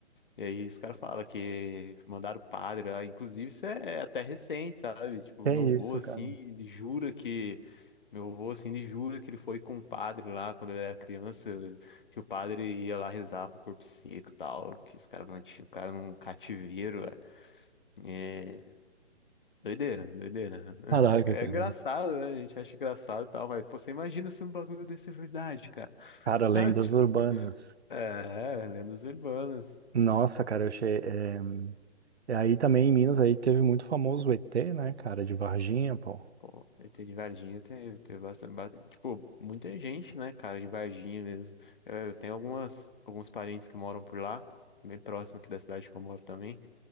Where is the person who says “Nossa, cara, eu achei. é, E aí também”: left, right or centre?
Right